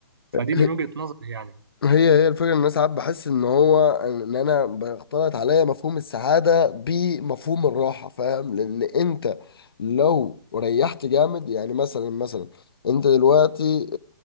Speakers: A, on the right; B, on the left.
A: فدي
B: انا
A: من وجهة نظري يعني
B: هي هي الفكرة ان انا ساعات بحس ان هو ان انا بختلط عليا مفهوم السعادة بمفهوم الراحة فاهم لان انت لو ريحت جامد يعني مثلا مثلا انت دلوقتي